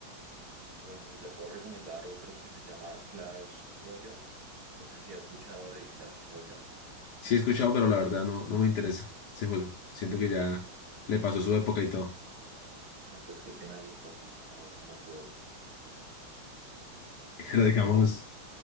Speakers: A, on the right; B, on the left.
A: Bueno, le puedo recomendar otro que se llama Clash Royale. No sé si ha escuchado de Clash Royale.
B: Sí he escuchado, pero la verdad no, no me interesa ese juego. Siento que ya le pasó su época y todo.
A: Bueno, pues qué pena ahí entonces, pago como por,
B: <laughs> Pero
A: por los
B: digamos,
A: inconvenientes.